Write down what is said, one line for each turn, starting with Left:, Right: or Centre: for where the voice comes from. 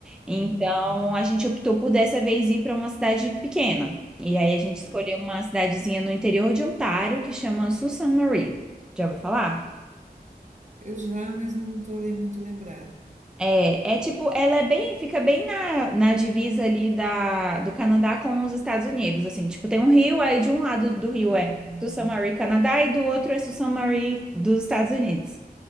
Centre: Então,
Right: Uhum.
Centre: a gente optou por dessa vez ir para uma cidade pequena. E aí a gente
Right: É.
Centre: escolheu uma cidadezinha no interior de Ontário que chama Sault Ste. Marie. Já ouviu falar?
Right: Eu já, mas não estou muito lembrada.
Centre: É, é tipo, ela é bem, fica bem na, na divisa ali da, do Canadá com os Estados Unidos, assim, tipo, tem um rio, aí de um lado do rio
Right: Uhum.
Centre: é Sault Ste. Marie, Canadá, e do outro é Sault Ste. Marie dos Estados Unidos.